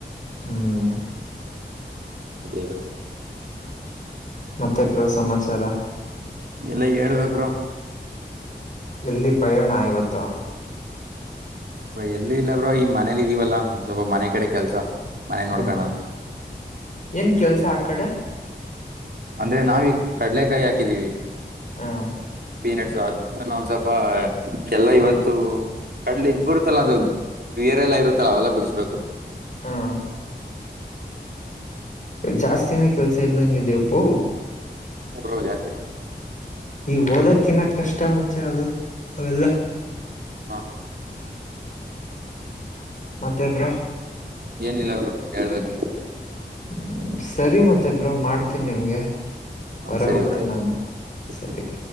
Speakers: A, on the left; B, on the right.
A: ಹ್ಮ್.
B: ಅದೇ ಬ್ರೋ.
A: ಮತ್ತೆ ಬ್ರೋ ಸಮಾಚಾರ
B: ಎಲ್ಲಾ ಹೇಳ್ಬೇಕ ಬ್ರೋ
A: ಎಲ್ಲಿ ಪಯಣ ಇವತ್ತು
B: ಎಲ್ಲಿ ಇಲ್ಲ ಬ್ರೋ ಈ ಮನೇಲಿ ಇದೀವಲ್ಲಾ ಸ್ವಲ್ಪ ಮನೆ ಕಡೆ ಕೆಲ್ಸ. ಮನೆ
A: ಹ್ಮ
B: ನೋಡ್ಕಳದು
A: ಏನ್ ಕೆಲ್ಸ ಆ ಕಡೆ
B: ಅಂದ್ರೆ ನಾವೀಗ ಕಡ್ಲೆಕಾಯಿ ಹಾಕಿದೀವಿ.
A: ಹ್ನು.
B: ಪೀನಟ್ಸ್ ಅದ ಒಂದ್ ಸ್ವಲ್ಪ ಎಲ್ಲ ಇವತ್ತು ಕಡ್ಲಿ ಇದ ಬರುತ್ತಲ್ಲ ಅದ ಬೇರಲ್ಲ ಇರುತ್ತಲ್ಲ ಅವೆಲ್ಲ ಬಿಡಸಬೇಕು.
A: ಹ್ಮ ಜಾಸ್ತಿನ ಕೆಲ್ಸ ಇದ್ದಂಗ ದೇಪು
B: ಮೂ ರೋ ಜಾಸ್
A: ಈ ಓದಕ್ಕಿನ್ನ ಕಷ್ಟ ಮಚ್ಚ ಅದು ಅವೆಲ್ಲ
B: ಹಾ.
A: ಮತ್ತೆ ಬ್ರೋ.
B: ಏನಿಲ್ಲ ಬ್ರೋ ಹೇಳ್ಬೇಕ ನೀವ
A: ಹ್ಮ ಸರಿ ಮತ್ತೆ ಬ್ರೋ ಮಾಡ್ತೀನ್ ನಿಮ್ಗೆ
B: ಹಾ
A: ಹೊರಗೆ
B: ಸರಿ
A: ಹೋಗ್ತೀನಿ
B: ಬ್ರೋ ಆಯ್ತು
A: ನಾನು
B: ಹ್ಮ
A: ಸಲೀಪ